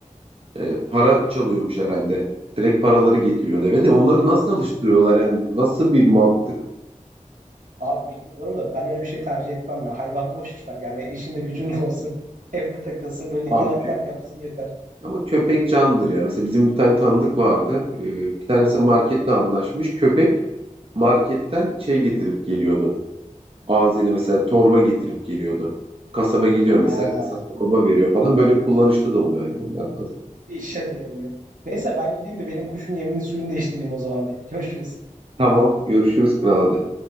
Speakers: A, on the right; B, on the right.
A: E, para çalıyormuş herhalde. Direkt paraları getiriyor eve de onları nasıl alıştırıyorlar yani nasıl bir mantık
B: Abi bilmiyorum da ben öyle bir şey tercih etmem ya. Hayvan boş ver yani işinde gücünde olsun. <laughs> Evde takılsın böyle iki
A: abi
B: lak
A: kö-
B: lak yapsın yeter.
A: ama köpek canlıdır ya. Mesela bizim bir tane tanıdık vardı. E, bir tanesi
B: Aha.
A: marketle anlaşmış. Köpek marketten şey getirip geliyordu. Ağzıyla mesela torba getirip geliyordu. Kasaba gidiyor mesela
B: Ha,
A: kasap torba veriyor falan. Böyle kullanışlı da oluyor hayvanlar bazen.
B: bir işe de yarıyor. Neyse ben gideyim de benim kuşun yemini suyunu değiştireyim o zaman bir. Görüşürüz.
A: Tamam görüşürüz kral hadi.